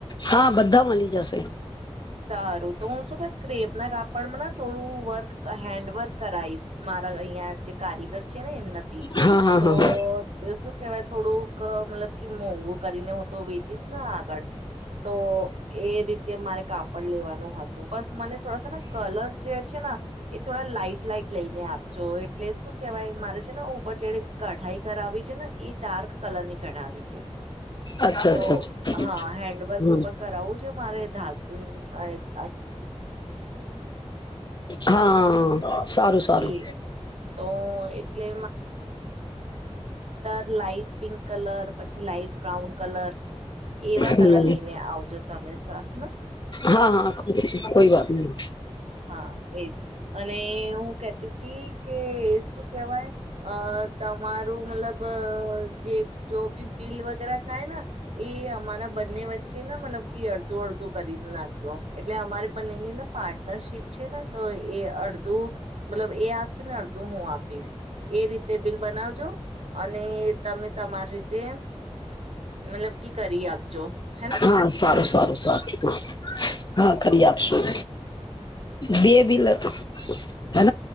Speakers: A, on the left (about 40°); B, on the right (about 70°).
A: હા બધા મળી જશે
B: સારું તો હું શું કે ક્રેપ ના કાપડમાં થોડું વર્ક હેન્ડ વર્ક કરાઈશ મારા અહિયાં જે કારીગર છે ને એમનાથી
A: હા હા
B: તો.
A: હા.
B: તો શું કેહેવાય. <inaudible> મતલબ કે મોગ કરીને હું તો વેચીશ ને આગળ તો એ રીતે મારે કાપડ લેવાનું હતું બસ મને થોડાસા ને કલર જે છે ને એ થોડા લાઈટ લાઈટ. લઈને આપજો એટલે શું કેવાય મારે છે ને ઓ <inaudible> કઢાઈ કરાવી છે ને એ ડાર્ક કલરની કઢાવી છે
A: અચ્છા
B: તો
A: અચ્છા અચ્છા
B: હા હેન્ડવર્ક
A: હમ
B: ઉપર કરાવવું છે મારે ધાત અમ
A: હા સારું સારું.
B: એ તો એટલે લાાઈટ પિંક કલર પછી લાાઈટ બ્રાઉન કલર એવા
A: હમ.
B: કલર લઈને આવજો તમે સ હેન
A: હા હા કોઈ કોઈ વાત નહી.
B: હા એજ અને હું કેતી હતી કે શું કેહેવાય અ તમારું મતલબ જે જો બી બિલ વગેરા થાય ને એ અમારા બંને વચ્ચે ને મતલબ કે અડધું અડધું કરી નાખ્યો એટલે અમારે બંનેને પારઠ શિપ છે ને તો એ અડધું મતલબ એ આપશે ને અડધું હું આપીશ એ રીતે બિલ બનાવજો અને તમે તમારી રીતે મતલબ કે કરીએ આપ જો હેના.
A: હા સારું સારું સારું હા કરી આપશું બે બિલ હે